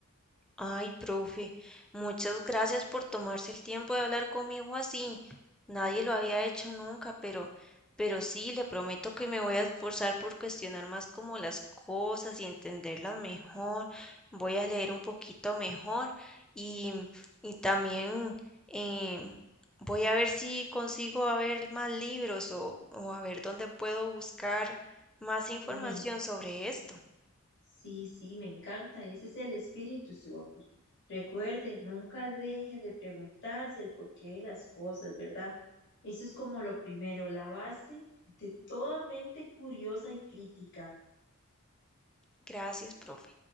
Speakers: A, in the centre; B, on the left.
A: Ay, profe, muchas gracias por tomarse el tiempo de hablar conmigo así. Nadie lo había hecho nunca, pero, pero sí, le prometo que me voy a esforzar por cuestionar más como las cosas y entenderlas mejor. Voy a leer un poquito mejor y, y también eh, voy a ver si consigo a ver más libros o, o a ver dónde puedo buscar más información
B: Me
A: sobre esto.
B: Sí, sí, me encanta. Ese es el espíritu, Sophie. Recuerde, nunca deje de preguntarse el porqué de las cosas, ¿verdad? Eso es como lo primero, la base de toda mente curiosa y crítica.
A: Gracias, profe.